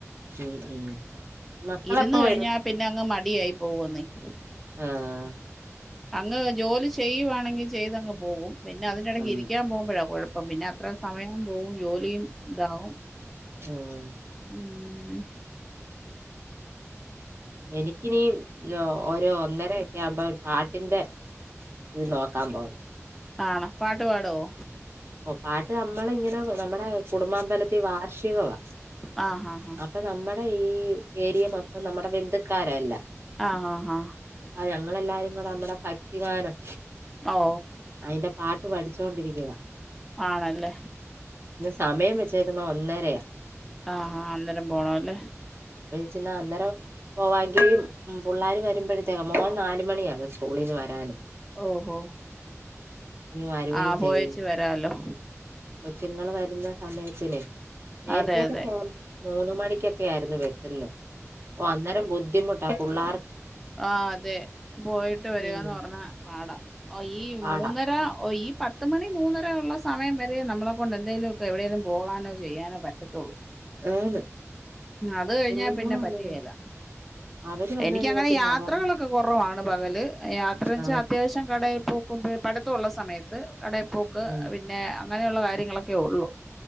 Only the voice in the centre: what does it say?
ഇരുന്ന് കഴിഞ്ഞാൽ
<unintelligible>
അങ്ങ് ജോലി ചെയ്യുവാണെങ്കിൽ ചെയ്തങ്ങ് പോകും പിന്നെ അതിന്റെ ഇടയ്ക്ക്
ഇരിക്കാൻ പോകുമ്പോഴാ കുഴപ്പം പിന്നെ അത്ര സമയം പോവും ജോലിയും ഇതാവും
ഉം
ആണോ പാട്ട് പാടുമോ
ആ ഹാ ഹാ
ആ ഹാ ഹാ
ഓ
ആണല്ലേ
ആഹ ആ അന്നേരം പോണ അല്ലേ
ഓഹോ
ആ
പോയേച്ച് വരാമല്ലോ
അതെ അതെ
ആ അതെ പോയിട്ട് വരികാന്ന്
പറഞ്ഞാ പാടാ ഒ ഈ
മൂന്നര ഓ ഈ പത്തു മണി മൂന്നര സമയം വരെം നമ്മളെ കൊണ്ട് എന്തേലുവൊക്കെ എവിടേലും പോകാനോ ചെയ്യാനോ പറ്റത്തൊള്ളൂ
അത് കഴിഞ്ഞാ
പിന്നെ പറ്റുകേല
എനികാ
യാത്രകളൊക്കെ
കുറ പ്പ് ആണ് പകല് യാത്രെവെച്ചാ
അത്യാവശ്യം കടേ പോം മ്പേ പഠുത്തവൊള്ള സമയത്ത് കടേപ്പോക്ക്
പിന്നെ അങ്ങനെയൊള്ള കാര്യങ്ങളൊക്കെ ഒള്ളൂ